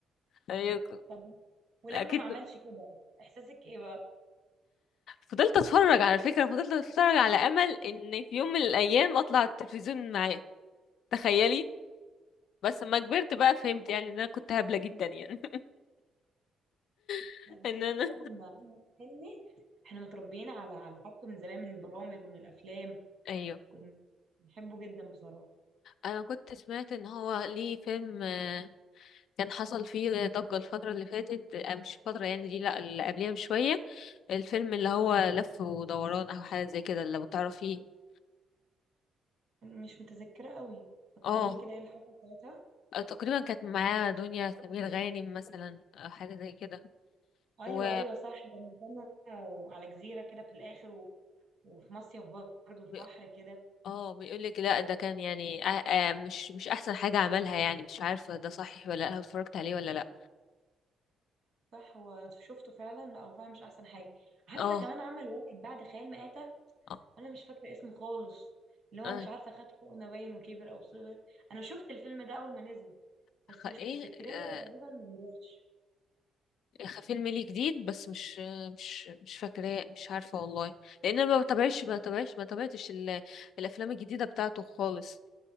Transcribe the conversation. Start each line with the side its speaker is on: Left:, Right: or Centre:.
Left: يعني
Right: طب ولما
Left: اكيد
Right: ما عملش كده احساسك ايه بقى
Left: فضلت اتفرج على فكره فضلت اتفرج على امل ان في يوم من الايام اطلع على التلفزيون معاه تخيلي بس لما كبرت بقى فهمت يعني ان انا كنت هبله جدا يعني <laughs>
Right: لا بس
Left: ان
Right: هو
Left: انا
Right: فعلا احمد حلمي احنا متربيين على على حاجته من زمان من البرامج ومن الافلام
Left: ايوه
Right: كنا بنحبه جدا بصراحه
Left: انا كنت سمعت ان هو ليه فيلم آه، كان حصل فيه ضجه الفتره اللي فاتت آه، مش الفتره يعني دي لا اللي قبلها بشويه الفيلم اللي هو لف ودوران او حاجه زي كده لو تعرفيه
Right: مش متذكرة قوي فكريني
Left: اه
Right: كده ايه اللي حصل ساعتها
Left: تقريبا كانت معاه دنيا سمير غانم مثلا أو حاجه زي كده
Right: ايوه
Left: و
Right: ايوه صح لما كانوا على جزيرة كده في الاخر و... وفي مصيف برضه في
Left: بي-
Right: بحر كده
Left: اه بيقول لك لا ده كان يعني آه آه مش مش احسن حاجه عملها يعني مش عارفه ده صحيح ولا لا اتفرجت عليه ولا لا
Right: صح هو انا شفته فعلا لا هو فعلا مش احسن حاجة عارفة
Left: اه
Right: كمان عمل واحد بعد خيال مآتة
Left: اه
Right: انا مش فاكرة اسمه خالص اللي هو
Left: آه،
Right: مش عارفة خد حقنة باين وكبر او صغر انا شفت الفيلم ده اول ما نزل
Left: خ-
Right: بس مش
Left: ايه
Right: متذكراه هو
Left: آه
Right: تقريبا ما نجحش
Left: خ- فيلم ليه جديد بس مش مش مش فاكراه مش عارفه والله لان انا ما بتابعش ما بتابعش ما تابعتش ال- الافلام الجديده بتاعته خالص